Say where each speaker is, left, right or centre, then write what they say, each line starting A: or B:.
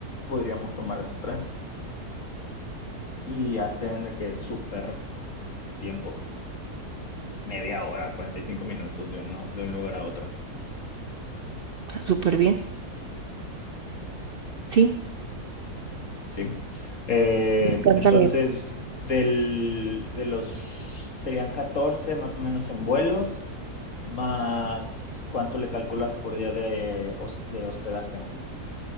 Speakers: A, on the left (about 55°); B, on the right (about 75°).
A: podríamos tomar esos trenes. Y hacen de que es súper tiempo, media hora, 45 minutos de, uno, de un lugar a otro,
B: Súper bien. Sí,
A: ¿sí? Eh,
B: me encanta
A: entonces,
B: la idea.
A: del, de los, serían 14 más o menos en vuelos, más cuánto le calculas por día de, de hospedaje.